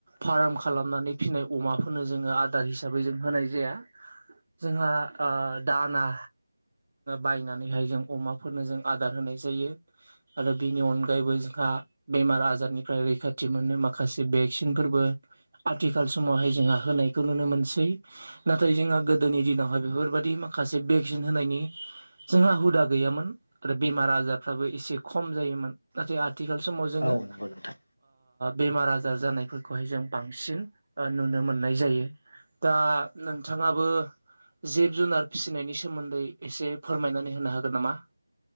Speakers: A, on the right; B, on the left.
A: फार्म खालामनानै फिसिनाय अमाफोरनो जोङो आदार हिसाबै जों होनाय जाया जोंहा दाना बायनानैहाय जों अमाफोरनो जों आदार होनाय जायो आरो बिनि अनगायैबो जोंहा बेमार आजारनिफ्राय रैखाथि मोनो माखासे भेक्सिनफोरबो आथिखाल समावहाय जोंहा होनायखौ नुनो मोनसै नाथाय जोंहा गोदोनि दिनावहाय बेफोरबादि माखासे भेक्सिन होनायनि जोंहा हुदा गैयामोन आरो बेमार आजारफ्राबो एसे खम जायोमोन नाथाय आथिखाल समाव जोङो
B: औ नंगौ नोंथां
A: बेमार आजार जानायफोरखौहाय जों बांसिन नुनो मोननाय जायो दा नोंथाङाबो जिब जुनार फिसिनायनि सोमोन्दै एसे फोरमायनानै होनो हागोन नामा